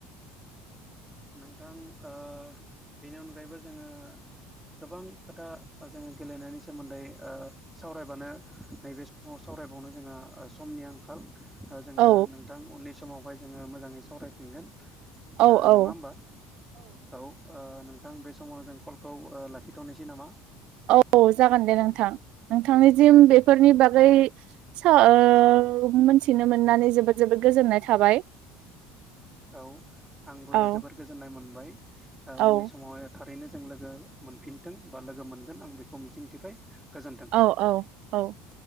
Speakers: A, in the centre; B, on the right.
A: नोंथां ओ बेनि अनगायैबो जोङो गोबां खोथा जोङो गेलेनायनि सोमोन्दै ओ सावरायबानो नैबे समाव सावरायबावनो जोंहा समनि आंखाल। आरो जोङो
B: औ
A: नोंथां उननि समावहाय जोङो मोजाङै सावरायफिनगोन।
B: औ
A: ओ
B: औ
A: नङा होमबा। औ नोंथां बे समाव जों कलखौ लाखिथ'नोसै नामा?
B: औ जागोन दे नोंथां नोंथांनि सिम बे फोरनि बागै सा ओ मिथिनो मोननानै जोबोद जोबोद गोजोननाय थाबाय।
A: औ आंबो
B: औ
A: जोबोर गोजोननाय मोनबाय
B: औ
A: उननि समावहाय। थारैनो जों लोगो मोनफिनथों बा लोगो मोनगोन आं बेखौ मिजिंथिबाय। गोजोन्थों।
B: औ औ औ